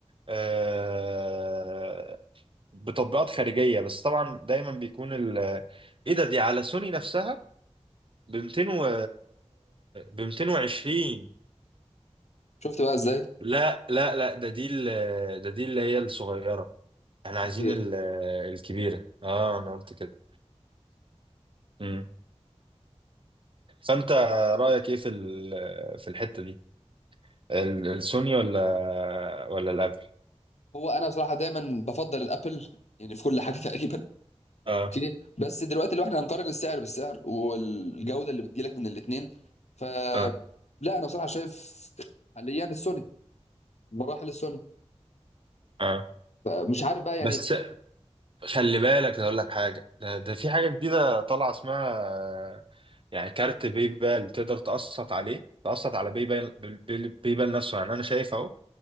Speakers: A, on the right; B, on the left.
A: آه، بتطبيقات خارجيه بس طبعا دايما بيكون ال- ايه ده دي على سوني نفسها ب 200 و ب 220
B: شفت بقى ازاي
A: لا لا لا ده دي ال- ده دي اللي هي الصغيرة احنا عايزين
B: اوكي
A: ال- الكبيرة اه انا قلت كده امم فانت رأيك ايه في ال- في الحتة دي ال- السوني ولا ولا الابل
B: هو انا بصراحه دايما بفضل الابل يعني في كل حاجه <laughs> تقريبا
A: اه
B: اوكي بس دلوقتي لو احنا هنقارن السعر بالسعر والجوده اللي بتجيلك من الاثنين ف
A: اه
B: لا انا بصراحه شايف حاليا السوني مراحل السوني
A: اه
B: فمش عارف بقى يعني
A: بس خلي بالك اقول لك حاجة ده, ده في حاجة جديدة طالعة اسمها آه، يعني كارت باي بال تقدر تقسط عليه تقسط على باي بال باي بال نفسه يعني انا شايف اهو